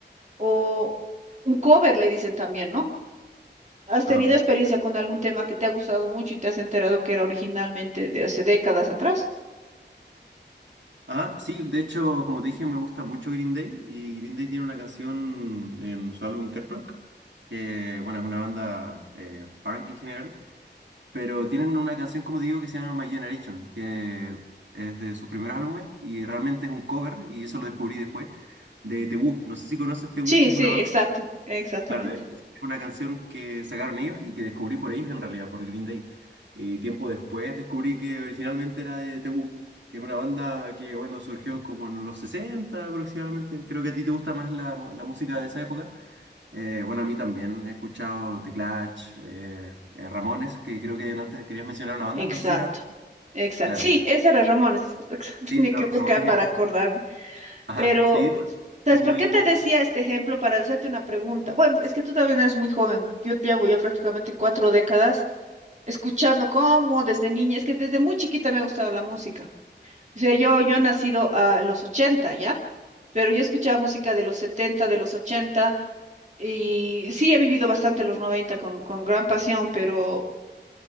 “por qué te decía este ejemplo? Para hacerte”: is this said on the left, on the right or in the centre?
Right